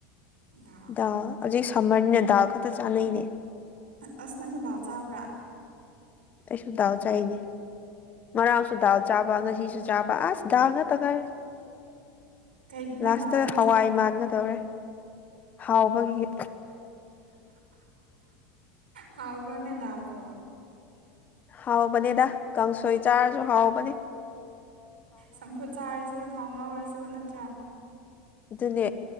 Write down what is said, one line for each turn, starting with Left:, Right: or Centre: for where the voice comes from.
Right: ꯗꯥ
Left: ꯑ ꯑꯖꯤꯛ ꯁꯝꯃꯔꯅꯤꯅ ꯗꯥꯜ ꯈꯛꯇ ꯆꯥꯅꯩꯅꯦ
Right: ꯑ ꯑꯁ ꯅꯪꯁꯨ ꯗꯥꯜ ꯆꯥꯕ꯭ꯔꯥ
Left: ꯑꯩꯁꯨ ꯗꯥꯜ ꯆꯥꯏꯅꯦ ꯉꯥꯡꯁꯨ ꯗꯥꯜ ꯆꯥꯕ ꯉꯁꯤꯁꯨ ꯆꯥꯕ ꯑꯁ ꯗꯥꯜ ꯉꯠꯇ ꯉꯥꯏ
Right: ꯀꯩꯒꯤꯅꯣ
Left: ꯂꯥꯁꯇ
Right: ꯗꯥꯜ ꯑꯗꯨꯝ
Left: ꯍꯋꯥꯏ
Right: ꯆꯥꯔꯤꯗꯣ
Left: ꯃꯥꯟꯒꯗꯧꯔꯦ ꯍꯥꯎꯕꯒꯤ
Right: ꯍꯥꯎꯕ꯭ꯔꯣꯅꯦ ꯗꯥꯜꯕꯣ
Left: ꯍꯥꯎꯕꯅꯦꯗ ꯀꯥꯡꯁꯣꯏ ꯆꯥꯔꯖꯨ ꯍꯥꯎꯕꯅꯦ
Right: ꯆꯝꯐꯨꯠ ꯆꯥꯔꯖꯨ ꯊꯥꯎ ꯉꯧꯔꯁꯨ ꯅꯠꯇ꯭ꯔꯥ
Left: ꯗꯨꯅꯦ